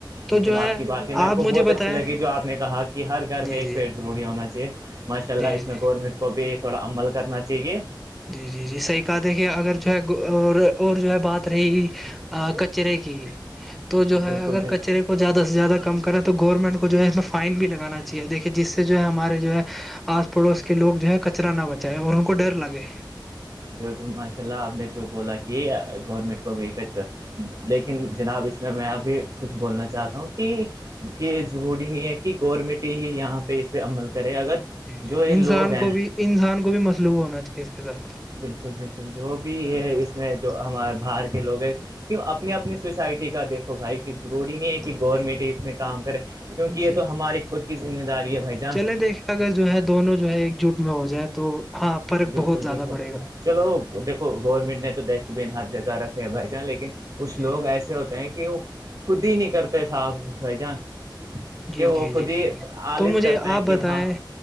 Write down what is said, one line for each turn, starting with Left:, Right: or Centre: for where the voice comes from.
Centre: تو
Right: لیکن
Centre: جو
Right: آپ
Centre: ہے
Right: کی باتیں میرے
Centre: آپ
Right: کو
Centre: مجھے
Right: بہت
Centre: بتائیں
Right: اچھی لگی جو آپ نے کہا کہ ہر گھر
Centre: جی
Right: میں ایک
Centre: جی
Right: پیڑ ضروری ہونا چاہیے ماشاء اللہ
Centre: جی جی
Right: اس میں گورنمنٹ کو بھی تھوڑا عمل کرنا چاہیے
Centre: جی جی جی صحیح کہات ہے کہ اگر جو ہے اور جو ہے بات رہ کچرے کی تو جو ہے
Right: بالکل
Centre: اگر
Right: بالکل
Centre: کچرے کو زیادہ سے زیادہ کم کریں تو گورنمنٹ کو جو ہے اس میں فائن بھی لگانا چاہیے دیکھیے جس سے جو ہے ہمارے جو ہے آج پڑوس کے لوگ جو ہے کچرا نہ بچائے اور ان کو ڈر لگے
Right: جو جو ماشاء اللہ آپ نے جو بولا کہ گورنمنٹ کو بھی ک لیکن جناب اس میں میں ابھی کچھ بولنا چاہتا ہوں کہ کہ ضروری نہیں ہے کہ گورمنٹ ہی یہاں پہ اس پہ عمل کرے اگر
Centre: جی جی
Right: جو یہ لوگ
Centre: انسان
Right: ہیں
Centre: کو بھی انسان کو بھی مصلوب ہونا چاہیے اس کے ساتھ
Right: بالکل بالکل جو بھی ہے اس میں جو ہمارے بہر لوگ ہیں کیوں اپنی اپنی سوسائٹی کا دیکھو بھائی کی ضروری نہیں ہے کہ گورنمنٹ اس میں کام کرے کیوںکہ یہ
Centre: جی
Right: تو
Centre: جی
Right: ہماری خود کی ذمہ داری ہے بھائی جان
Centre: چلیں دیکھیں اگر جو ہے دونوں جو ہے ایک جٹ میں ہو جائے تو ہاں فرق
Right: بالکل
Centre: بہت زیادہ
Right: بالکل
Centre: پڑے گا
Right: چلو دیکھو گورنمنٹ نے تو ڈسٹ بن ہر جگہ رکھے ہیں بھائی جان لیکن کچھ
Centre: جی
Right: لوگ ایسے ہوتے ہیں کہ وہ خود ہی نہیں کرتے صاف بھائی جان
Centre: جی
Right: کہ
Centre: جی
Right: وہ خود
Centre: جی
Right: ہی آالس
Centre: تو مجھے
Right: کرتے ہیں
Centre: آپ
Right: کہ
Centre: بتائیں
Right: وہاں